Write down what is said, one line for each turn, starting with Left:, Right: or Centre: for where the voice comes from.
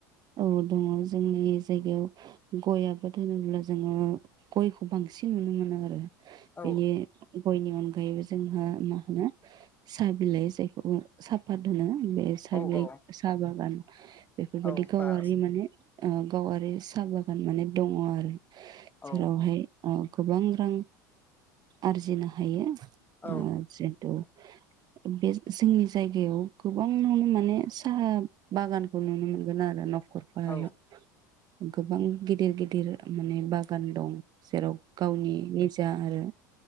Right: औ दङ जोंनि जायगायाव। गय आबाद होनोब्ला जोङो गयखौ बांसिन नुनो मोनो आरो
Left: औ
Right: बेनि गयनि अनगायैबो जोंहा मा होनो साहा बिलाइ जायखौ साफात होनो बे साहाबिलाय
Left: औ औ
Right: साबागान बेफोरबायदि
Left: औ
Right: गाव
Left: बास
Right: आरि माने ओ गावारि साहा बागान माने दङ आरो।
Left: औ
Right: जेरावहाय अ गोबां रां आरजिनो हायो।
Left: औ
Right: अ जिथु बे जोंनि जायगायाव गोबांआवनो माने साहा बागानखौ नुनो मोनो गोन आरो न'खरफा
Left: औ
Right: आरो गोबां गेदेर गेदेर माने बागान दं जेराव गावनि नि जा आरो